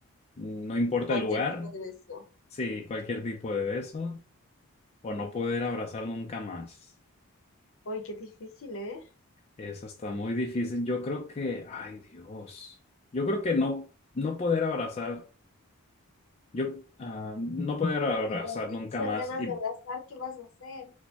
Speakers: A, on the left (about 30°); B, on the left (about 60°).
A: no importa
B: cualquier
A: el lugar,
B: tipo de beso.
A: Sí, cualquier tipo de beso o no poder abrazar nunca más.
B: Uy, qué difícil, ¿eh?
A: Eso está muy difícil. Yo creo que, ay Dios, yo creo que no, no poder abrazar, yo, ah, no poder abrazar
B: Y con
A: nunca
B: esas
A: más.
B: ganas
A: Y,
B: de abrazar, ¿qué vas a hacer?